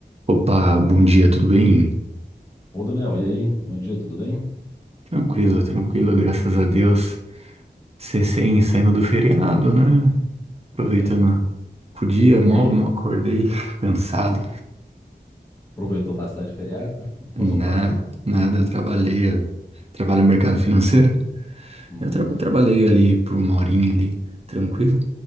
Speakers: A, on the right; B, on the left.
A: Opa, bom dia, tudo bem?
B: Ô, Daniel, e aí? Bom dia, tudo bem?
A: Tranquilo, tranquilo, graças a Deus. Recém saindo do feriado, né? Aproveitando
B: Sim.
A: o dia, mal,
B: E aí?
A: mal acordei, <laughs> cansado.
B: Aproveitou bastante o feriado <laughs>
A: Na,
B: ou só trabalhou?
A: nada, eu trabalhei, eu trabalho no mercado financeiro.
B: Hum,
A: Eu, tra- eu trabalhei ali por uma horinha ali, tranquilo.